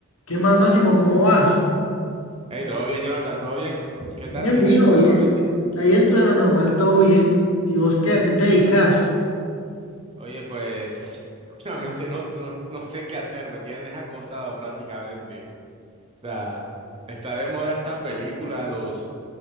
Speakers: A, on the left; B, on the right.
A: ¿Qué más, Máximo? ¿Cómo vas?
B: Hey, todo bien, Jonathan, todo bien. ¿Qué tal?
A: Bien,
B: ¿Qué has
A: mijo,
B: hecho
A: bien.
B: últimamente?
A: Ahí dentro de lo normal, todo bien. ¿Y vos qué, a qué te dedicas?
B: Oye, pues <laughs> últimamente no, no, no sé qué hacer, me tienes acosado prácticamente. O sea, está de moda esta película, los